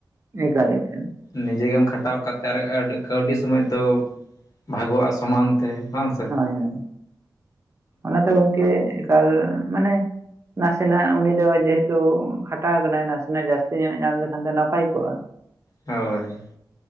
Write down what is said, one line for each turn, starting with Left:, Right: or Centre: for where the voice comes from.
Right: ᱮᱸ ᱠᱟᱨᱮᱴ ᱠᱟᱨᱮᱴ
Left: ᱱᱤᱡᱮ ᱜᱮᱢ ᱠᱷᱟᱴᱟᱣ ᱠᱟᱛᱮᱫ ᱟᱨ ᱠᱟᱹᱣᱰᱤ ᱥᱚᱢᱚᱭ ᱫᱚ ᱵᱷᱟᱜᱚᱜᱼᱟ ᱥᱚᱢᱟᱱ ᱛᱮ ᱵᱟᱝ ᱥᱮ
Right: ᱦᱳᱭ ᱦᱳᱭ ᱚᱱᱟ ᱫᱚ ᱜᱚᱝᱠᱮ ᱮᱠᱟᱞ ᱢᱟᱱᱮ ᱱᱟᱥᱮᱱᱟᱜ ᱩᱱᱤ ᱫᱚ ᱡᱮᱦᱩᱛᱩ ᱠᱷᱟᱴᱟᱣ ᱟᱠᱟᱱᱟᱭ ᱱᱟᱥᱮᱱᱟᱜ ᱡᱟᱹᱥᱛᱤ ᱧᱚᱜ ᱧᱟᱢ ᱞᱮᱠᱷᱟᱱ ᱫᱚ ᱱᱟᱯᱟᱭ ᱠᱚᱜᱼᱟ
Left: ᱦᱳᱭ